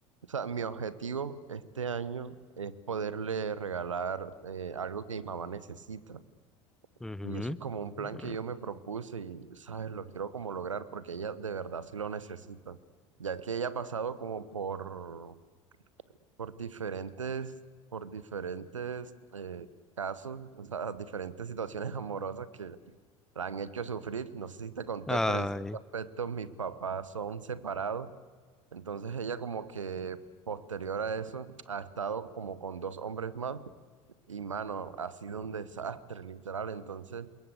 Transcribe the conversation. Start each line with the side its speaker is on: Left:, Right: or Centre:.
Right: sea, mi objetivo este año es poderle regalar eh, algo que mi mamá necesita.
Centre: Ujú.
Right: Y eso es como un plan
Centre: Ujú.
Right: que yo me propuse y, ¿sabes? Lo quiero como lograr porque ella de verdad sí lo necesita, ya que ella ha pasado como por, por diferentes, por diferentes eh, casos, o sea, diferentes situaciones <laughs> amorosas que la han hecho sufrir, no sé si te conté,
Centre: Ay,
Right: pero en cierto aspecto mis papás son separados. Entonces ella como que posterior a eso ha estado como con dos hombres más y mano, ha sido un desastre literal. Entonces